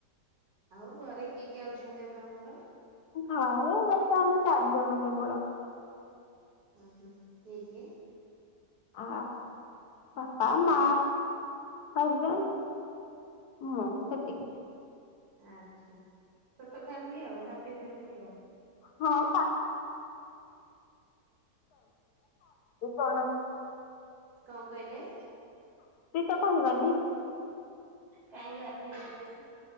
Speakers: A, on the right; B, on the left.
A: ଆଉ ଘରେ କିଏ କିଏ ଅଛନ୍ତି ଆପଣଙ୍କର?
B: ଘରେ ବାକି ଆମେ ଚାରିଜଣ କେବଳ।
A: ଉଁ ହୁ କିଏ କିଏ?
B: ଆ ବାପା ମା ହଜବେଣ୍ଡ <inaudible> ମୁଁ ସେତିକି।
A: ଆଚ୍ଛା ଛୋଟ ଫ୍ୟାମିଲି ଆଉ ହାପି ଫାମିଲି ଆଉ।
B: ହଁ ପା। <inaudible> କଣ। <unintelligible>
A: କଣ କହିଲେ?
B: ହିଁ ତ କହିବନି?
A: କାହିଁକି ହ୍ୟାପି ରହିବନି?